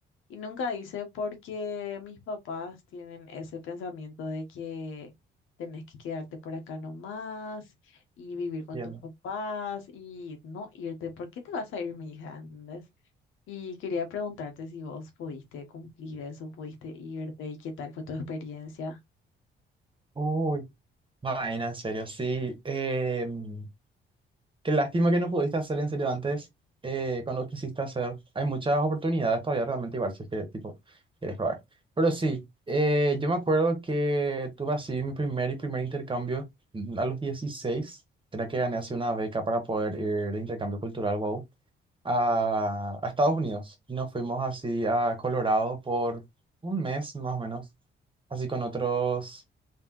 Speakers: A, on the left (about 85°); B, on the right (about 25°).
A: Y nunca hice porque mis papás tienen ese pensamiento de que tenés que quedarte por acá nomás y vivir con
B: Entiendo.
A: tus papás y no irte. ¿Por qué te vas a ir, mi hija? ¿Entendés? Y quería preguntarte si vos pudiste cumplir eso, pudiste irte y qué tal fue tu experiencia.
B: Uy, vaina, en serio, sí. em, qué lástima que no pudiste hacer en serio antes eh, cuando quisiste hacer. Hay muchas oportunidades todavía realmente igual, si es que tipo quieres probar. Pero sí, eh, yo me acuerdo que tuve así mi primer y primer intercambio mm, a los dieciséis Era que gané así una beca para poder ir de intercambio cultural, wow, a, a Estados Unidos. Y nos fuimos así a Colorado por un mes más o menos así con otros